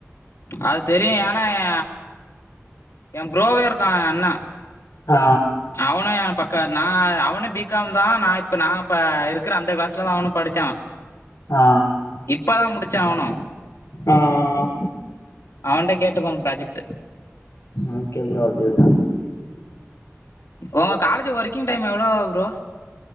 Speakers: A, on the left; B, on the left.
A: அது தெரியு ஏனா எ எ ப்ரோவே இருக்கான் எயாஅண்ணா
B: ஆ
A: அவனு எ பக்கோ நா அவனு பிப் காம் தா நா இப்ப நா இப்ப இருக்க அந்த கிளாஸ்ல தா அவனு படிச்சா
B: ஆ
A: இப்பதா முடிச்சா அவனு
B: ஆ ஆ ஆ
A: அவன்டக் கேட்டுப் பாருங்க project
B: okay bro okay bro
A: ஓங்க காலேஜ் ஒர்க்கிங் டைம் எவ்ளோ ப்ரோ